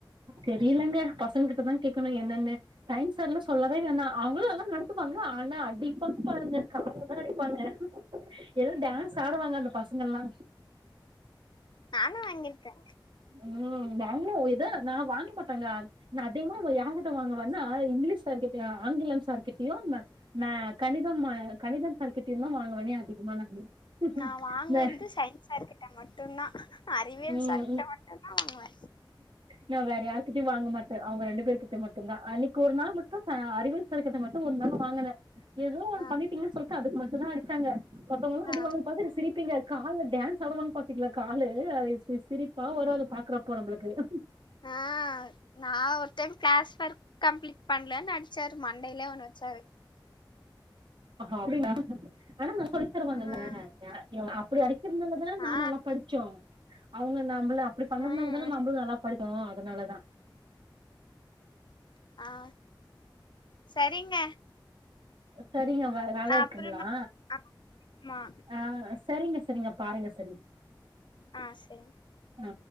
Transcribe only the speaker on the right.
தெரியலேங்க பசங்க ப்பதா கேக்கணும் என்னென்னு சயின்ஸ் சாரெலா சொல்லவே வேணா அவுங்களும் நடத்துவாங்க ஆனா அடிப்பாங்க பாருங்க கால்ல தா அடிப்பாங்க எல் டான்ஸ் ஆடுவாங்க அந்த பசங்கெல்லா
ம் நாங்ளோ இத <unintelligible> நா வாங்க மாட்டங்க நா அதிகமா யார்கிட்ட வாங்குவேன்னா இங்கிலீஸ் சார் கிட்ட ஆ ஆங்கிலம் சார் கிட்டயு மே கணிதம் கணிதம் சார்கிட்டயு ந்தா வாங்குவே நானு அதிகமா நானு
இந்த
ம்
நா வேற யார்கிட்டயு வாங்கமாட்டே அவுங்க ரெண்டு பேரு கிட்ட மட்டுந்தா அன்னிக்கு ஒரு நாள் மட்டு அறிவு சார் கிட்ட மட்டு ஒரு நாள் வாங்கன ஏதோ ஒன்
பண்ணிடீங்க சொல்ட்டு அதுக்கு மட்டு இப்படி தான் அடிச்சாங்க மத்தவங்கெல்லா
அடிவாங்கறது பாத்துட்டு சிரிப்பீங்க கால்ல டான்ஸ் ஆடுவாங்க பாத்தீங்களா. காலு அது சிரிப் சிரிப்பா வராது. பாக்குறப்போ நம்மளுக்கு ஹஹாஹ.
ஆ அப்டிங்ளா ஆனா நல் ல சொல்லித்தருவாங்கல்ல
யாரயு அ ப்படி அடி கிறனாலதான நாம
நல்லா படிச்சோ. அவங்க நம் நம்பள அப்படி பண்ணதுனாலதான
நம்பளு நல்லா படிச் சோ அதனாலதா.
சரிங்க வ வேல
இருக்குங்களா
அ சரிங்க. நீங்க பாருங்க சரி
ஆ